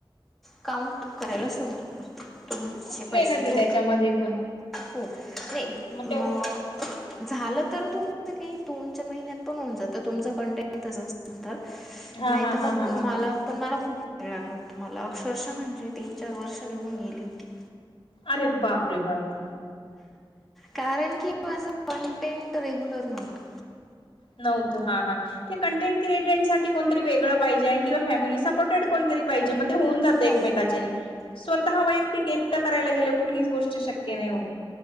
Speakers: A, in the centre; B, on the left (about 75°).
A: काउंट करायला सुरुवात करते. तुमचे
B: खूप मेहनत
A: पैसे
B: आहे
A: तो.
B: त्याच्यामध्ये पण
A: हो
B: मग
A: म
B: तेवढ
A: झालं तर तुमच काही दोनच्या महिन्यात पण होऊन जात. तुमच कोटेंटिन तस असे लतर.
B: हा
A: नाही
B: हा
A: तर मग
B: हा हा हा
A: मला पण, मला खूप क्रीळग उत्तमाला अक्षरश म्हणजे, तीन चार वर्ष निघून गेली होती.
B: अरे बापरे बापरे.
A: कारण कि, माझ कंटेंट रेग्युलर नवत.
B: नव्हतं. हा हा. ते कंटेंट क्रिएटन साठी कोणतरी वेगळं पाहिजे. किंवा फॅमिली सपोर्टड कोणतरी पाहिजे. मग ते होन जातं.
A: हो
B: एकमेकाच्यान. स्वतः वैयक्तिक एकट करायला गेलंव. कुठलीच गोष्ट शक्य नाही होत.